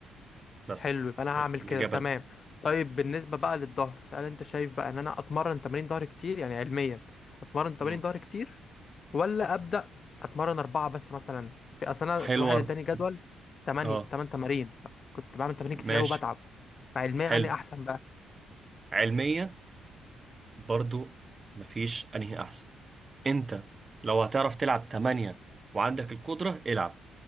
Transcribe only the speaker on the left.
حلو يبقى انا هعمل
كده تمام
طيب بالنسبه بقى للظهر هل انت شايف بقى ان انا اتمرن تمارين ظهر كتير يعني علميا اتمرن تمارين
ظهر كتير ولا ابدا اتمرن اربعه بس مثلا في اصل انا
واحد اداني جدول 8
8 تمارين كنت بعمل تمارين
كتير قوي بتعب فعلميا
انا احسن بقى